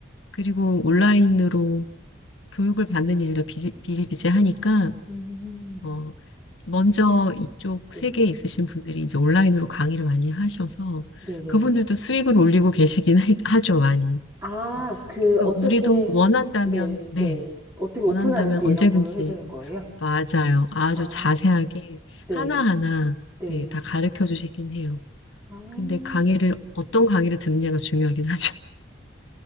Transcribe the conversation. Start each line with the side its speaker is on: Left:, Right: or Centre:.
Left: 그리고 온라인으로 교육을 받는 일도 비지, 비일비재하니까,
Right: 음,
Left: 어, 먼저 이쪽
Right: 네,
Left: 세계에 있으신 분들이 이제 온라인으로 강의를 많이 하셔서
Right: 네네.
Left: 그분들도 수익을 올리고 계시긴 하- 하죠, 많이.
Right: 아, 그,
Left: 그러니까
Right: 어떻게,
Left: 우리도 원한다면,
Right: 네,
Left: 네,
Right: 네. 어떻게 오픈하는지
Left: 원한다면 언제든지
Right: 이런 거를 해주는 거예요?
Left: 맞아요. 아주
Right: 아,
Left: 자세하게
Right: 네,
Left: 하나하나
Right: 네.
Left: 네, 다 가르쳐 주시긴 해요.
Right: 아, <laughs>
Left: 근데 강의를 어떤 강의를 듣느냐가 중요하긴 하죠. <laughs>